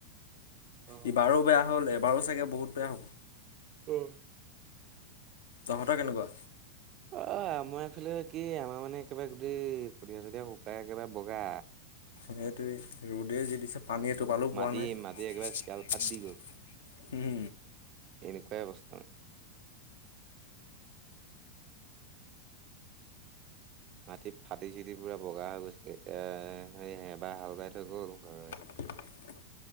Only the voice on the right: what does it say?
অ
অ'।
অ', আমাৰ ‌এইফালে কি আমাৰ মানে একেবাৰে গোটেই কঠিয়া চঠিয়া শুকাই একেবাৰে বগা।
মাটি
মাটি একেবাৰে চিয়াল ফাট দি গ'ল এনেকুৱাই অৱস্থা। মাটি ফাটি চিটি পুৰা বগা হৈ গৈছে এতিয়া সেই এবাৰ হাল বাই থৈ গ'ল গৰুৱে।